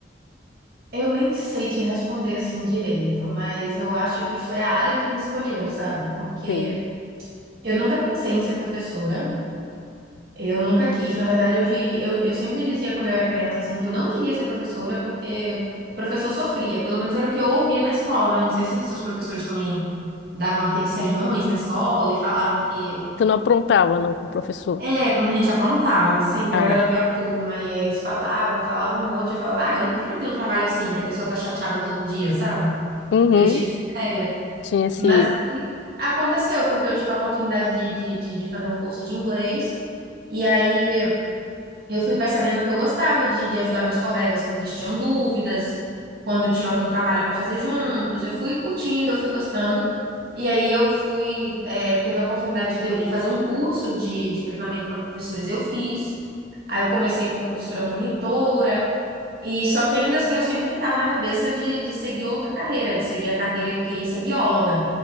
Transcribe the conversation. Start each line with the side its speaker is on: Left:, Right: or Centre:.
Right: Eu nem sei te responder assim direito, mas eu acho que foi a área que me escolheu, sabe? Porque
Left: Sim.
Right: eu nunca pensei em ser professora, eu nunca quis. Na verdade, eu diria, eu, eu sempre dizia quando eu era criança assim que eu não queria ser professora porque o professor sofria. Pelo menos era o que eu ouvia na escola, né? Não sei se os seus professores também davam aqueles sermões na escola e falavam que
Left: Tu não aprontava, não, com o professor?
Right: é, quando a gente aprontava, né? Sempre
Left: Ah,
Right: eu era da pior turma e aí eles falavam, falavam um monte, eu falava, ah, eu não quero ter um trabalho assim que a pessoa tá chateada todo dia, sabe?
Left: uhum.
Right: Eu tinha essa ideia.
Left: Tinha esse...
Right: Mas que aconteceu, porque eu tive a oportunidade de, de, de, de fazer um curso de inglês. E aí eu fui percebendo que eu gostava de, de ajudar meus colegas quando eles tinham dúvidas, quando tinha algum trabalho para fazer juntos. Eu fui curtindo, eu fui gostando. E aí eu fui, é, teve a oportunidade de, ter- de fazer um curso de, de treinamento para professores, eu fiz. Aí eu comecei como professora monitora. E só que ainda assim eu sempre ficava na cabeça de, de seguir outra carreira, de seguir a carreira, eu queria ser bióloga.